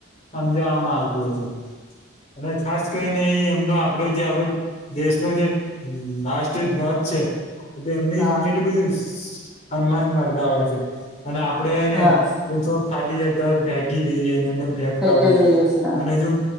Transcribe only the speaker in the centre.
હા
હા
ફેંકી
દઈએ છીએ